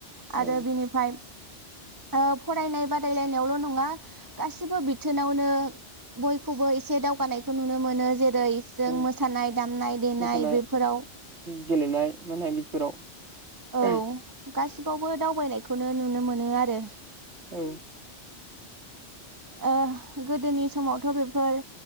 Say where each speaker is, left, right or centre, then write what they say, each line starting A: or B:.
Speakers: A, on the right; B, on the right.
A: आरो
B: औ
A: बिनिफाय ओ फरायनाय बादायलायनायावल' नङा गासिबो बिथोनावनो बयखौबो एसे दावग गानायखौ नुनो मोनो जेर रै जों
B: औ
A: मोसानाय दामनाय देनाय
B: मोसानाय
A: बेफोराव
B: गेलेनाय नुनाय बिदिफोराव
A: औ
B: <inaudible>
A: गासिबावबो दावबायनायखौनो नुनो मोनो आरो
B: औ
A: ओह गोदोनि समावथ' बेफोर